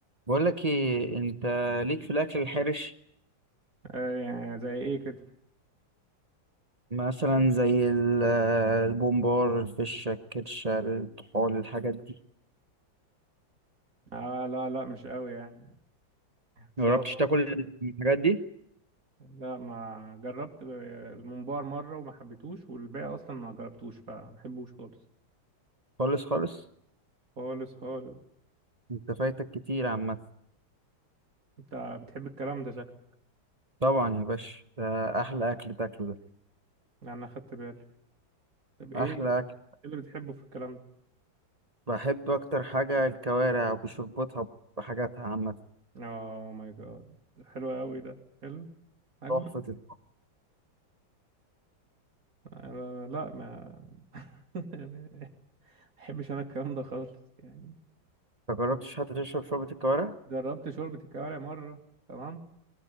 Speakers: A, on the right; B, on the right.
A: بقول لك ايه انت ليك في الاكل الحرش
B: آه، يعني زي ايه كده
A: مثلا زي ال- البومبار الفشه الكرشه الطحال الحاجات دي
B: آه لا لا مش قوي يعني مش
A: مجربتش
B: قوي برضه.
A: تاكل الحاجات دي
B: لا ما جربت الممبار مرة وما حبيتهوش والباقي اصلا ما جربتوش فما بحبوش خالص
A: خالص خالص
B: خالص خالص
A: انت فايتك كتير عامه
B: انت بتحب الكلام ده شكلك
A: طبعا يا باشا ده احلى اكل تاكله ده
B: يعني انا خدت بالي طب ايه
A: احلى
B: إيه
A: اكل
B: اللي بتحبه في الكلام ده
A: بحب اكتر حاجه الكوارع وبشربتها بحاجاتها عامه
B: اوه ماي جاد حلو قوي ده حلو اكبر
A: تحفه الطعم.
B: أنا لا ما <laughs> ما بحبش انا الكلام ده خالص يعني
A: انت جربتش حتى تشرب شوربه الكوارع
B: جربت شوربة الكوارع مرة تمام